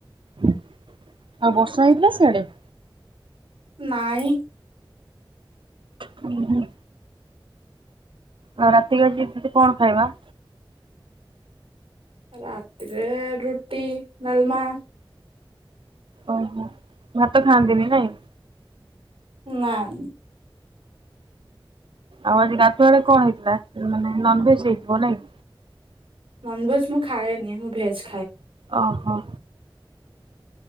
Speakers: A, on the right (about 65°); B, on the right (about 80°).
A: ଆଉ ବର୍ଷା ହେଇଥିଲା ସିଆଡେ।
B: ନାଇଁ
A: ହୁଁ ହୁଁ। ଆଉ ରାତିକି ଆଜିି ଦିଦି କଣ ଖାଇବା?
B: ରାତିରେ ରୁଟି, ଡାଲମା।
A: ଓହୋ ଭାତ ଖାଆନ୍ତିନି ନାଇଁ।
B: ନାଁ।
A: ଆଉ ଆଜି ଗାଧୂଆବେଳେ କଣ ହେଇଥିଲା ମାନେ ନନଭେଜ୍ ହେଇଥିବ ନାଇଁ?
B: ନନଭେଜ୍ ମୁଁ ଖାଏନି ମୁଁ ଭେଜ୍
A: ଓ ହୋ।